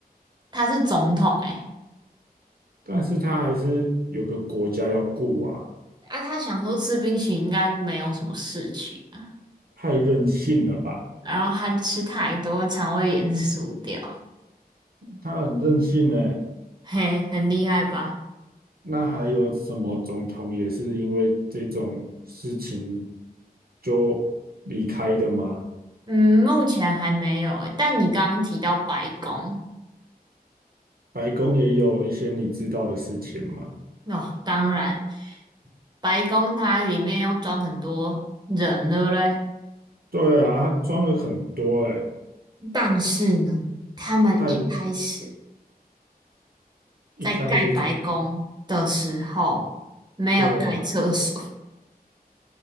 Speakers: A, on the right; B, on the right.
A: 他是总统诶、
B: 但是他还是有个国家要顾啊，
A: 啊，他想说吃冰淇淋应该没有什么事情啊，
B: 太任性了吧？
A: 然后他吃太多，肠胃炎是输掉。
B: 他很任性呢、
A: 嘿，很厉害吧？
B: 那还有什么总统也是因为这种事情就离开的吗？
A: 嗯，目前还没有欸，但你刚刚提到白宫，
B: 白宫也有一些你知道的事情嘛？
A: 哦，当然，白宫它里面要装很多人，对不对？
B: 对啊，他装了很多哎、
A: 但是呢，他们一开始
B: 但一开始怎么？
A: 在盖白宫的时候没有盖厕所，
B: 对啊。